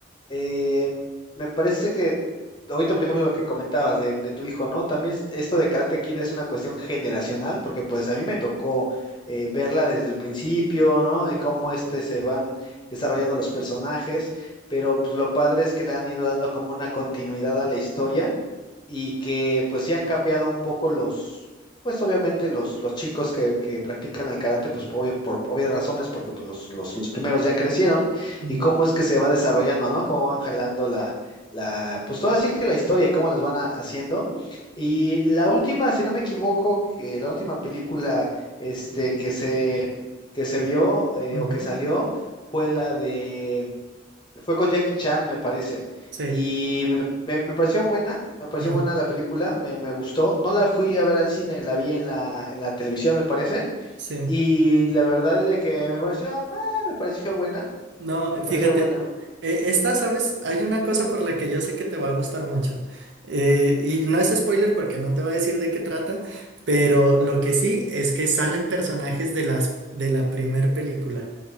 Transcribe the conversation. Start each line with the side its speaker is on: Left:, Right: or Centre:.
Left: eh, me parece que ahorita, por ejemplo, lo que comentabas de, de tu hijo, ¿no? También es- esto de Karate Kid es una cuestión generacional porque pues a mí me tocó eh, verla desde el principio, ¿no? Y cómo este se van desarrollando los personajes, pero pues lo padre es que le han ido dando como una continuidad a la historia y que pues sí han cambiado un poco los pues obviamente los, los chicos que, que practican el karate, pues obvio- por obvias razones, porque pues, los, los, los primeros ya crecieron,
Right: ujú,
Left: y cómo es que se va desarrollando, ¿no? Cómo van jalando la, la, pues todo así que la historia y cómo les van a- haciendo. Y la última, si no me equivoco, que la última película este, que se, que se vio eh,
Right: ujú,
Left: o que salió fue la de fue con Jackie Chan, me parece.
Right: sí,
Left: Y me, me- me pareció buena, me pareció
Right: ujú,
Left: buena la película, me, me gustó. No la fui a ver al cine, la vi en la, en la televisión, me parece.
Right: sí.
Left: Y la verdad es de que me pareció, ah, me pareció buena,
Right: No,
Left: me
Right: fíjate,
Left: pareció buena.
Right: eh, esta, ¿sabes? Hay una cosa por la que yo sé que te va a gustar mucho. Eh, y no es spoiler porque no te va a decir de qué trata, pero lo que sí es que salen personajes de las, de la primer película.